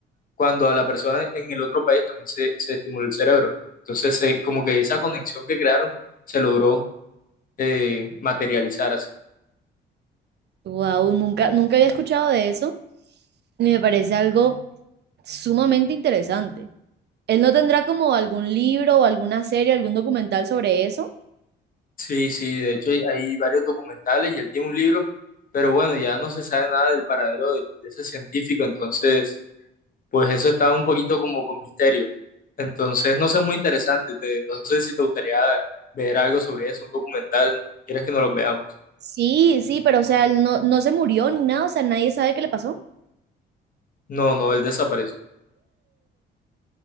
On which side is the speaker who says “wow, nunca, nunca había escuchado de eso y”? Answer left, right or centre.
Right